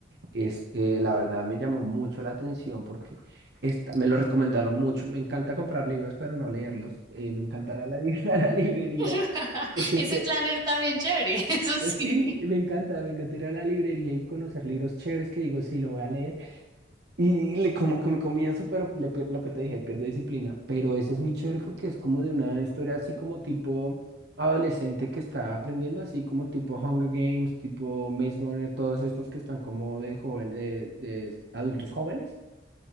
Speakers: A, on the right (about 60°); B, on the right (about 20°).
A: Es, eh, la verdad me llamó mucho la atención porque esta- me lo recomendaron mucho. Me encanta comprar libros, pero no leerlos. Eh, me encantará la, li- <laughs> a la librería.
B: <laughs>
A: Porque
B: Ese
A: se,
B: planner también chévere, <laughs> eso sí.
A: sí, me encanta, me encantaría la librería y conocer libros chéveres que digo, sí, lo voy a leer y le, como que me comienzo, pero le pierdo lo que te dije, pierdo disciplina. Pero ese es muy chévere porque es como de una historia así como tipo adolescente que está aprendiendo, así como tipo Hunger Games, tipo Maze Runner, todos estos que están como de joven, de, de adultos jóvenes.